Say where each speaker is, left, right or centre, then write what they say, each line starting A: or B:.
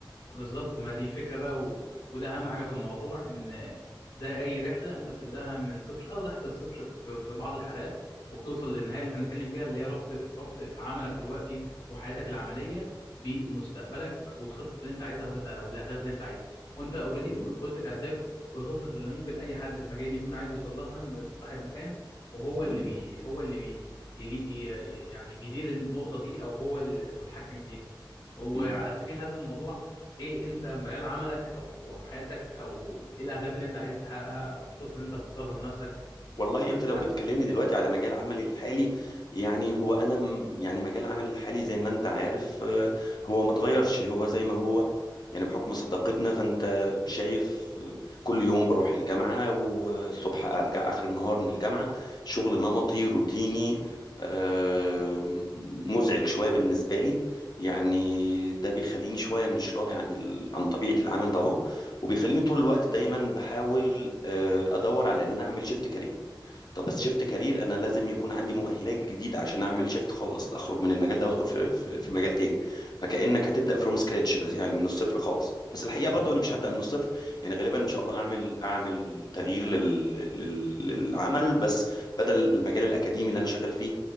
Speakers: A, on the left; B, on the left.
A: بالظبط ما دي الفكرة بقى و... وده أهم حاجة في الموضوع إن زي أي رحلة أنت بتبدأها من صفر أو تحت الصفر في, في بعض الحالات وبتوصل للنهاية اللي احنا بنتكلم فيها اللي هي ربط ربط عملك دلوقتي وحياتك العملية بمستقبلك والخطط اللي أنت عايزها وال... والأهداف اللي أنت عايزها وأنت أوريدي
B: م-
A: قلت الأهداف والخطط اللي ممكن أي حد في مجالي يكون عايز يوصل لها إنه يبقى صاحب مكان وهو
B: م-
A: اللي
B: م-
A: بي... هو اللي بي... اللي ي- يعني بيدير النقطة دي أو هو المتحكم فيها وعلى
B: م-
A: سبيل هذا الموضوع ايه انت مجال عملك او حياتك او ايه الاهداف اللي انت عايز تحققها او الخطط اللي انت مختارها لنفسك
B: والله
A: عايز
B: انت لو
A: تحققها
B: بتكلمني دلوقتي على مجال عملي الحالي يعني هو انا م- يعني مجال عملي الحالي زي ما انت عارف آه، هو ما اتغيرش هو زي ما هو يعني بحكم صداقتنا فانت شايف آه، كل يوم بروح الجامعة والصبح ارجع اخر النهار من الجامعة شغل نمطي روتيني آه، م- مزعج شوية بالنسبة لي يعني ده بيخليني شوية مش راضي عن ال... عن طبيعة العمل ده اهو وبيخليني طول الوقت دايما بحاول آه، ادور على ان انا اعمل شيفت كارير طب بس شيفت كارير انا لازم يكون عندي مؤهلات جديده عشان اعمل شيفت خالص اخرج من المجال ده وادخل في في, في مجال تاني فكانك هتبدا فروم سكراتش بس يعني من الصفر خالص بس الحقيقه برضو انا مش هبدا من الصفر يعني غالبا ان شاء الله اعمل اعمل تغيير لل... لل... للعمل بس بدل المجال الاكاديمي اللي انا شغال فيه